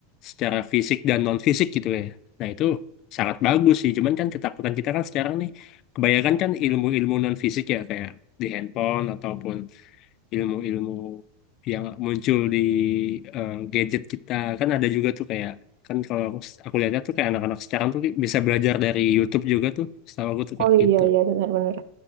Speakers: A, on the left; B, on the right.
A: secara fisik dan non fisik gitu ya. Nah itu sangat bagus sih. Cuman kan ketakutan kita kan sekarang nih kebanyakan kan ilmu-ilmu non fisik ya kayak di handphone ataupun ilmu-ilmu yang muncul di eh, gadget kita kan ada juga tuh kayak kan kalau aku aku lihatnya tuh kayak anak-anak sekarang tuh bisa belajar dari YouTube juga tuh setahu aku tuh
B: Oh
A: kayak
B: iya
A: gitu.
B: iya benar-benar.